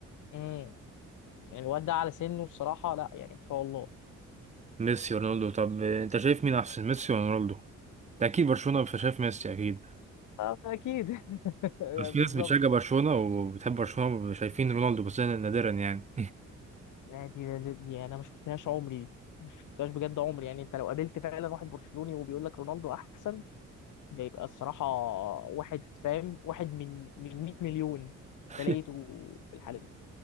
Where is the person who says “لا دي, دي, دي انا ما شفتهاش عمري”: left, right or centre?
Left